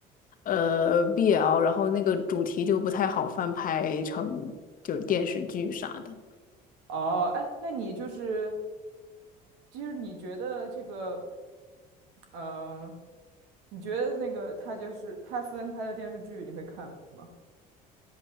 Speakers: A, on the left; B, on the right.
A: 呃，BL，然后那个主题就不太好翻拍成就是电视剧啥的，
B: 哦，哎，那你就是，就是你觉得这个，嗯、你觉得那个他就是他分拍的电视剧，你会看吗？